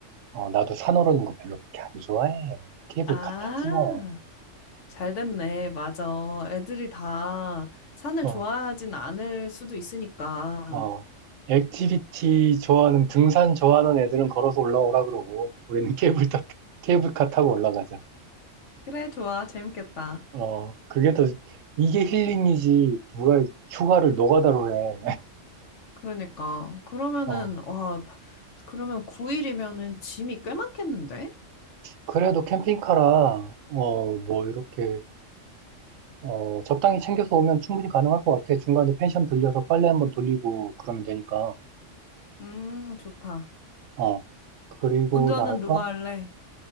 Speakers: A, on the right (about 80°); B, on the left (about 70°).
A: 어, 나도 산 오르는 거 별로 그렇게 안 좋아해. 케이블카
B: 아,
A: 타지 뭐.
B: 잘 됐네. 맞아. 애들이 다 산을
A: 어,
B: 좋아하진 않을 수도 있으니까.
A: 어, 액티비티 좋아하는, 등산 좋아하는 애들은 걸어서 올라오라 그러고, 우리는 케이블카, 케이블카 타고 올라가자.
B: 그래, 좋아. 재밌겠다.
A: 어, 그게 더, 이게 힐링이지, 누가 휴가를 노가다로 해. <laughs>
B: 그러니까. 그러면은,
A: 어,
B: 와, 바- 그러면 9일이면은 짐이 꽤 많겠는데?
A: 그래도 캠핑카라, 어, 뭐, 이렇게, 어, 적당히 챙겨서 오면 충분히 가능할 것 같아. 중간에 펜션 들려서 빨래 한번 돌리고 그러면 되니까.
B: 음, 좋다.
A: 어, 그리고
B: 운전은
A: 나서,
B: 누가 할래?